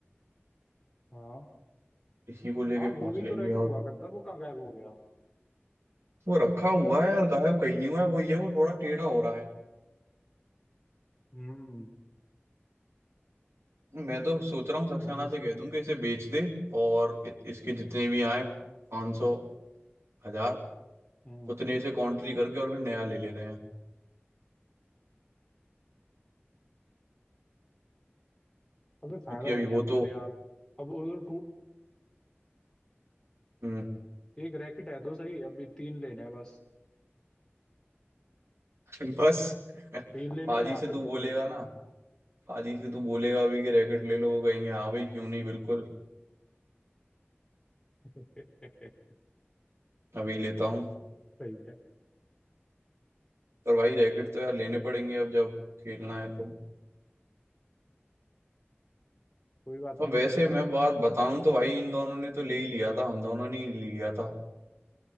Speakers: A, on the left; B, on the right.
A: हाँ
B: इसी को लेके
A: हाँ
B: पहुंच
A: वो भी
B: लेंगे
A: तो रैकेट
B: और
A: हुआ करता है वो कहाँ गायब हो गया
B: वो रखा हुआ है यार गायब कहीं नहीं हुआ है वो ये वो थोड़ा टेढ़ा हो रहा है
A: हम्म
B: मैं तो सोच रहा हूँ सक्सेना
A: कहीं उसमें
B: से कह दूं कि इसे बेच दे और इत, इसके जितने भी आए पाँच सौ हजार
A: हम्म
B: उतने इसे कॉन्ट्री
A: हम्म
B: करके और फिर नया ले लेते हैं
A: अबे
B: क्योंकि
A: फायदा
B: अभी
A: नहीं है
B: वो तो
A: फिर यार अब वो टू
B: हम्म
A: एक रैकेट है तो सही अभी तीन लेने हैं बस
B: <laughs> बस
A: तीन लेने
B: पाजी
A: हैं या
B: से
A: फिर
B: तू
A: दो
B: बोलेगा
A: लेने
B: ना पाजी से तू बोलेगा अभी कि रैकेट ले लो वो कहेंगे हाँ भाई क्यों नहीं बिल्कुल
A: सही
B: अभी लेता हूँ
A: है
B: पर भाई रैकेट तो यार लेने
A: भाई
B: पड़ेंगे अब जब खेलना है तो
A: कोई बात
B: अब
A: नहीं
B: वैसे
A: ले लेना
B: मैं बात बताऊं तो भाई इन दोनों ने तो ले ही लिया था हम दोनों ने ही लिया था